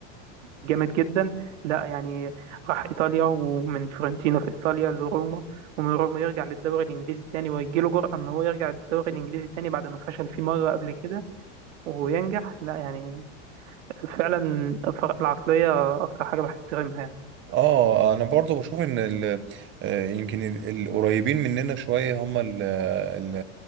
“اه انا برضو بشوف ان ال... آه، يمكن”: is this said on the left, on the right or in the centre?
Right